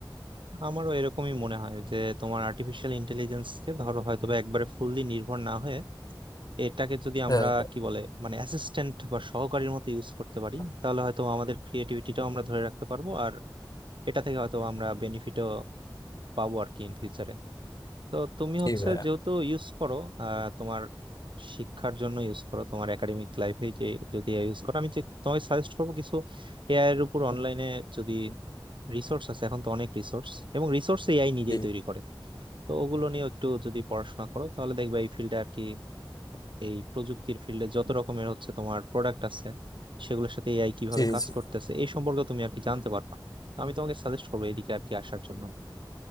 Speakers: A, on the right (about 70°); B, on the left (about 50°).
A: আমারও এরকমই মনে হয় যে তোমার আর্টিফিশিয়াল ইন্টেলিজেন্স কে ধরো হয়তো বা একবারে ফুললি নির্ভর না হয়ে এটাকে যদি আমরা
B: হ্যাঁ
A: কি বলে মানে অ্যাসিস্ট্যান্ট বা সহকারীর মতো ইউজ করতে পারি তাহলে হয়তো আমাদের ক্রিয়েটিভিটিটা আমরা ধরে রাখতে পারবো আর এটা থেকে হয়তো আমরা বেনিফিটও পাবো আর কি ইন ফিউচারে তো তুমি
B: জি
A: হচ্ছে
B: ভাইয়া
A: যেহেতু ইউজ করো আহ তোমার শিক্ষার জন্য ইউজ করো তোমার একাডেমিক লাইফে যে যদি এআই ইউজ করো আমি যে তোমার সাজেস্ট করবো কিছু এআই এর উপর অনলাইনে যদি রিসোর্স আছে এখন তো অনেক রিসোর্স এবং রিসোর্স এআই নিজেই
B: জি
A: তৈরি করে তো ওগুলো নিয়ে একটু যদি পড়াশোনা করো তাহলে দেখবে এই ফিল্ডে আর কি এই প্রযুক্তির ফিল্ডে যত রকমের হচ্ছে তোমার প্রোডাক্ট আছে সেগুলোর সাথে এআই কিভাবে
B: জি
A: কাজ
B: জি
A: করতেছে এই সম্পর্কে তুমি আর কি জানতে পারবা তো আমি তোমাকে সাজেস্ট করবো এদিকে আর কি আসার জন্য